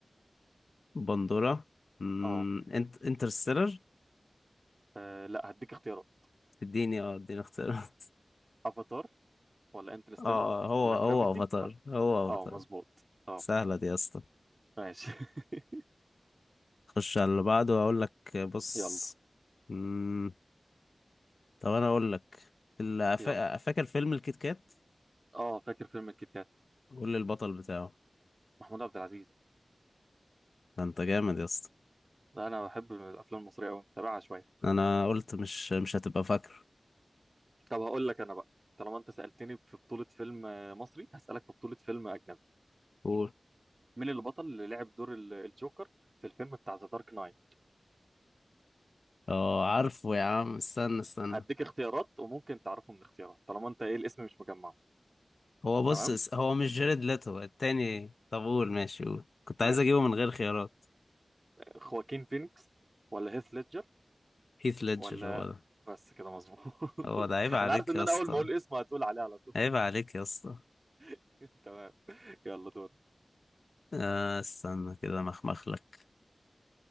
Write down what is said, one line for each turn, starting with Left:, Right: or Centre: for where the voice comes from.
Left: بندورة مم.
Right: اه
Left: انت انترستيلر
Right: آه، لا هديك اختيارات
Left: اديني اه اديني اختيار <laughs>
Right: افاتار ولا انترستيلر
Left: اه هو
Right: ولا
Left: هو
Right: جرافيتي
Left: افاتار
Right: ولا
Left: هو افاتار
Right: اه مظبوط اه
Left: سهلة دي يا اسطى
Right: ماشي <laughs>
Left: خش على اللي بعده وأقول لك بص
Right: يلا
Left: مم. طب أنا أقول لك اللي
Right: يلا
Left: فاكر فيلم الكيت كات
Right: اه فاكر فيلم الكيت كات
Left: قول لي البطل بتاعه
Right: محمود عبد العزيز
Left: ده أنت جامد يا اسطى
Right: ده انا بحب من الافلام المصريه قوي متابعها شويه
Left: انا قلت مش مش هتبقى فاكره
Right: طب هقول لك انا بقى طالما انت سالتني في بطوله فيلم آه، مصري هسالك في بطوله فيلم اجنبي
Left: قول
Right: مين اللي بطل اللي لعب دور ال- الجوكر في الفيلم بتاع ذا دارك نايت
Left: اه عارفه يا عم استنى استنى
Right: هديك اختيارات وممكن تعرفه من الاختيارات طالما انت ايه الاسم مش مجمعه
Left: هو بص
Right: تمام
Left: اس- هو مش جيرد ليتو التاني طب قول ماشي قول كنت
Right: ماشي
Left: عايز اجيبه من غير خيارات
Right: خواكين فينيكس ولا هيث ليدجر
Left: هيث ليدجر
Right: ولا
Left: هو ده
Right: بس كده مظبوط <laughs>
Left: هو ده عيب عليك
Right: انا عارف ان
Left: يا
Right: انا
Left: اسطى
Right: اول ما اقول اسمه هتقول عليه على طول
Left: عيب عليك يا اسطى
Right: <laughs> تمام يلا دور
Left: آه استنى كده مخمخ لك